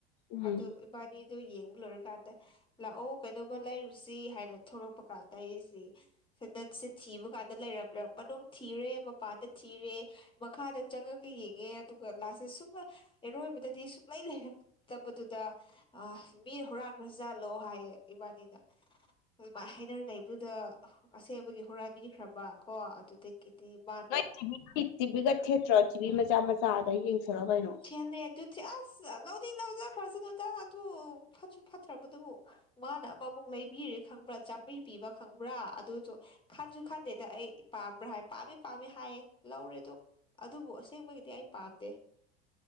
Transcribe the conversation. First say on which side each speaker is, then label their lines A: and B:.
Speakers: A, on the left (about 50°); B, on the left (about 15°).
A: ꯎꯝ
B: ꯑꯗꯨ ꯏꯕꯥꯅꯤꯗꯣ ꯌꯦꯡꯕ ꯂꯣꯏꯔꯀꯥꯟꯗ ꯂꯥꯛꯑꯣ ꯀꯩꯅꯣꯝꯃ ꯂꯩꯔꯨꯁꯤ ꯍꯥꯏꯅ ꯊꯣꯛꯂꯛꯄ ꯀꯥꯟꯗ ꯑꯩꯁꯤ ꯁꯦꯟꯗꯟꯁꯦ ꯊꯤꯕ ꯀꯥꯟꯗ ꯂꯩꯔꯝꯗ꯭ꯔꯦ ꯃꯅꯨꯡ ꯊꯤꯔꯦ ꯃꯄꯥꯟꯗ ꯊꯤꯔꯦ ꯃꯈꯥꯗ ꯆꯪꯉꯒ ꯌꯦꯡꯉꯦ ꯑꯗꯨꯒ ꯂꯥꯁ ꯇ ꯁꯨꯝꯕ ꯑꯔꯣꯏꯕꯗꯗꯤ ꯁꯨꯡꯛꯂꯩ ꯂꯩꯔ ꯇꯕꯗꯨꯗ ꯑ ꯃꯤ ꯍꯨꯔꯥꯟꯈꯒ꯭ꯔꯖꯥꯠꯂꯣ ꯍꯥꯏꯌꯦ ꯏꯕꯥꯅꯤꯅ ꯑꯗꯨꯃꯥꯏ ꯍꯥꯏꯅꯔ ꯂꯩꯩꯕꯗꯨꯗ ꯑꯁꯦꯡꯕꯒꯤ ꯍꯨꯔꯥꯟꯕꯤꯈ꯭ꯔꯕ ꯀꯣ ꯑꯗꯨꯗꯩ ꯒꯤꯗꯤ ꯃꯥ
A: ꯅꯣꯏ ꯇꯤꯚꯤ ꯇꯤꯚꯤꯒ ꯊꯦꯠꯇ꯭ꯔꯣ ꯇꯤꯚꯤ ꯃꯆꯥ ꯃꯆꯥ ꯑꯗ ꯌꯦꯡꯁꯤꯂꯣ ꯀꯩꯅꯣ
B: ꯊꯦꯠꯂꯦ ꯑꯗꯨꯗꯤ ꯑꯁ ꯂꯧꯗꯤ ꯂꯧꯖꯈ꯭ꯔꯁꯅꯨꯗ ꯑꯗꯨ ꯐꯠꯁꯨ ꯐꯠꯇ꯭ꯔꯕꯗꯨꯕꯨ ꯃꯥꯅ ꯑꯃꯃꯨꯛ ꯂꯩꯕꯤꯔꯦ ꯈꯪꯕ꯭ꯔꯥ ꯆꯥꯝꯃ꯭ꯔꯤ ꯄꯤꯕ ꯈꯪꯕ꯭ꯔꯥ ꯑꯗꯨꯁꯨ ꯈꯟꯁꯨ ꯈꯟꯗꯦꯗ ꯑꯩ ꯄꯥꯝꯕ꯭ꯔꯥ ꯍꯥꯏ ꯄꯥꯝꯃꯤ ꯄꯥꯝꯃꯤ ꯍꯥꯏꯌꯦ ꯂꯧꯔꯦꯗꯨ ꯑꯗꯨꯕꯨ ꯑꯁꯦꯡꯕꯒꯤꯗꯤ ꯑꯩ ꯄꯥꯝꯗꯦ